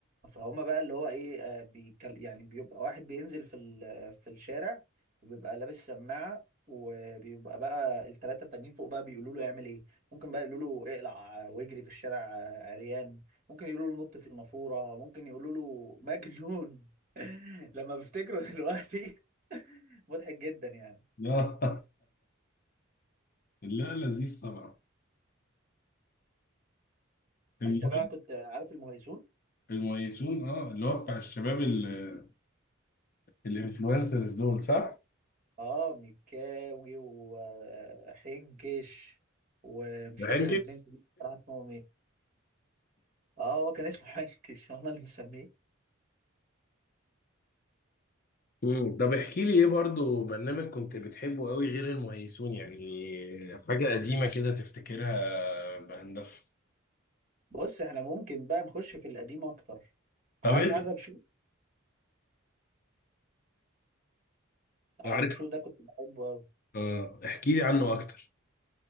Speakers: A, on the right; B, on the left.
A: فهم بقى اللي هو ايه آه، بيكل يعني بيبقى واحد بينزل في ال- في الشارع وبيبقى لابس سماعة وبيبقى بقى التلاتة التانيين فوق بقى بيقولوا له يعمل ايه ممكن بقى يقولوا له اقلع واجري في الشارع آه، عريان ممكن يقولوا له نط في النافورة ممكن يقولوا له مجنون <laughs> لما بفتكره دلوقتي <laughs> مضحك جدا يعني
B: لا <laughs> لا لذيذ طبعا المهم
A: انت بقى كنت عارف المهيسون
B: الميسون اه اللي هو بتاع الشباب ال- الانفلونسرز دول صح؟
A: اه مكاوي وحنكش ومش
B: ما
A: فاكر الاتنين كانوا بصراحة اسمهم ايه اه هو كان اسمه <laughs> حنكش انا اللي مسميه
B: مم. طب احكي لي ايه برضو برنامج كنت بتحبه قوي غير المهيسون يعني حاجة قديمة كده تفتكرها بهندسة
A: بص احنا ممكن بقى نخش في القديم اكتر
B: طب
A: عارف
B: انت
A: عزب شو عزب
B: عارف
A: شو ده كنت بحبه قوي
B: اه احكي لي عنه اكتر